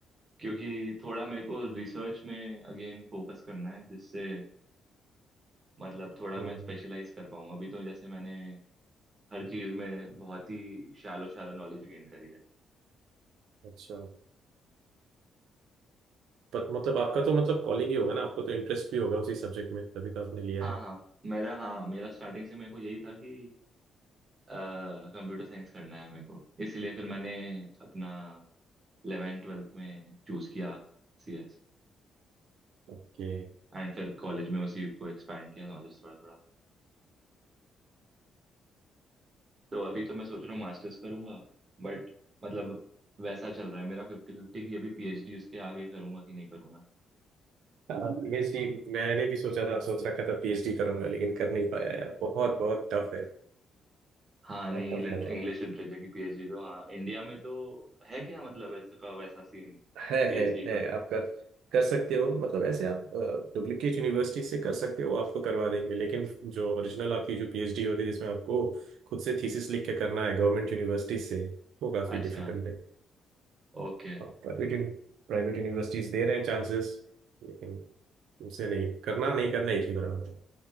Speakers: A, on the right; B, on the right.
A: क्योंकि थोड़ा मेरे को रिसर्च में अगेन फोकस करना है जिससे मतलब थोड़ा
B: हम्म,
A: मैं स्पेशलाइज कर पाऊँ अभी तो जैसे मैंने हर चीज में बहुत ही शैलो शैलो नॉलेज गेन करी है
B: अच्छा पर मतलब आपका तो मतलब कॉलिंग ही होगा ना आपको तो इंटरेस्ट भी होगा उसी सब्जेक्ट में तभी तो आपने लिया
A: हाँ
B: है
A: हाँ मेरा हाँ मेरा स्टार्टिंग से मेरे को यही था कि कंप्यूटर साइंस करना है मेरे को इसलिए फिर मैंने अपना इलेवेंथ ट्वेल्थ में चूज किया सीएस
B: ओके
A: एंड फिर कॉलेज में उसी को एक्सपैंड किया नॉलेज थोड़ा थोड़ा तो अभी तो मैं सोच रहा हूँ मास्टर्स करूंगा बट मतलब वैसा चल रहा है मेरा फिफ्टी फिफ्टी की अभी पीएचडी उसके आगे करूंगा कि नहीं करूंगा
B: पीएचडी मैंने भी सोचा था सोच रखा था पीएचडी करूंगा लेकिन कर नहीं पाया यार बहुत बहुत टफ है
A: हाँ नहीं
B: बहुत टफ
A: लिट,
B: लग
A: इंग्लिश
B: रहा था
A: लिटरेचर की पीएचडी तो हाँ इंडिया में तो है क्या मतलब ऐसा का वैसा सीन
B: है
A: पीएचडी
B: है है
A: का
B: आप कर कर सकते हो मतलब ऐसे आप डुप्लीकेट यूनिवर्सिटी से कर सकते हो आपको करवा देंगे लेकिन जो ओरिजिनल आपकी जो पीएचडी होती है जिसमें आपको खुद से थीसिस लिख के करना है गवर्नमेंट यूनिवर्सिटी से वो काफ़ी
A: अच्छा
B: डिफिकल्ट है
A: ओके
B: प्राइवेट प्राइवेट यूनिवर्सिटीज दे रहे हैं चांसेस लेकिन उनसे नहीं करना नहीं करना एक ही बराबर है